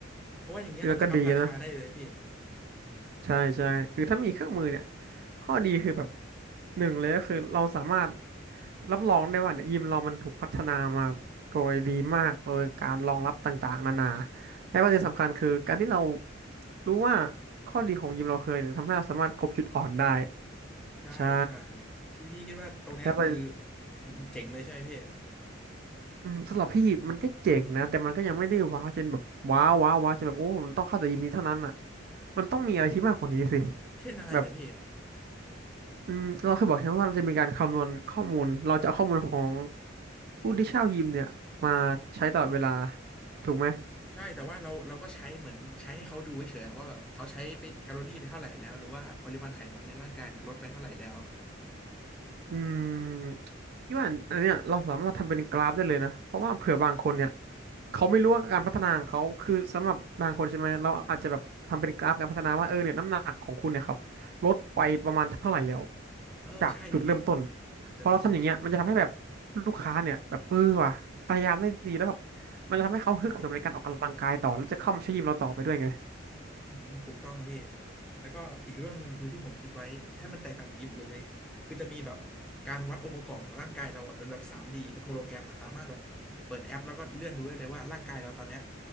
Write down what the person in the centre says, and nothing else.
เพราะว่าอย่างเงี้ยเราจะอัพราคาได้เลยพี่
ใช่ใช่
พี่พี่คิดว่าตรงเนี้ยคือ
เจ๋งเลยใช่ไหมพี่
เช่นอะไรเลยพี่
ใช่แต่ว่าเราเราก็ใช้เหมือนใช้ให้เขาดูเฉยๆอะว่าแบบเขาใช้ไปแคลอรี่ไปเท่าไหร่แล้วหรือว่าปริมาณไขมันในร่างกายเนี่ยลดไปเท่าไหร่แล้ว
เออใช่พี่
แต่แต่ผม
อืมถูกต้องพี่แล้วก็อีกเรื่องหนึ่งคือที่ผมคิดไว้ให้มันแตกต่างจากยิมอื่นเลยคือจะมีแบบการวัดองค์ประกอบของร่างกายเราอะเป็นแบบ 3D เป็นโฮโลแกรมอะสามารถแบบเปิดแอปแล้วก็เลื่อนดูได้เลยว่าร่างกายเราตอนเนี้ย